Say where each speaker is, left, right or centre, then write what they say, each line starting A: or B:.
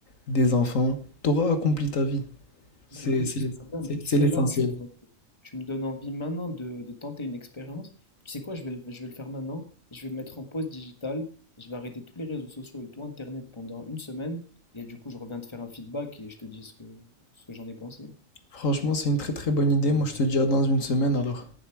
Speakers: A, on the left (about 75°); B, on the left (about 20°).
A: des enfants. Tu auras accompli ta vie.
B: Bah
A: C'est
B: écoute,
A: c'est
B: j'espère
A: l'es-
B: bien,
A: c'est-
B: mais tu
A: c'est
B: sais,
A: l'essentiel.
B: là, tu, me tu me donnes envie maintenant de, de tenter une expérience. Tu sais quoi, je vais, le- je vais le faire maintenant. Je vais me mettre en pause digitale. Je vais arrêter tous les réseaux sociaux et tout Internet pendant une semaine. Et du coup, je reviens te faire un feedback et je te dis ce que, ce que j'en ai pensé.
A: Franchement, c'est une très très bonne idée. Moi, je te dis à dans une semaine alors.